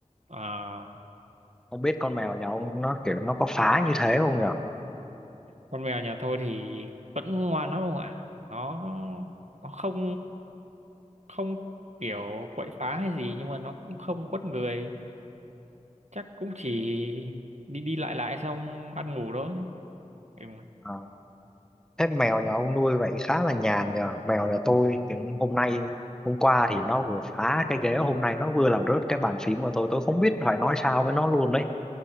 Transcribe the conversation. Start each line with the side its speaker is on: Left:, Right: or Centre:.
Right: À,
Centre: Không biết con mèo nhà ông nó kiểu nó có phá như thế không nhở?
Right: con mèo nhà tôi thì vẫn ngoan lắm ông ạ. Nó nó không không kiểu quậy phá hay gì nhưng mà nó cũng không quấn người. chắc cũng chỉ đi đi lại lại xong ăn ngủ thôi ừ.
Centre: Ờ, thế mèo nhà ông nuôi vậy khá là nhàn nhờ. Mèo nhà tôi thì hôm nay, hôm qua thì nó vừa phá cái ghế, hôm nay nó vừa làm rớt cái bàn phím của tôi. Tôi không biết phải nói sao với nó luôn đấy.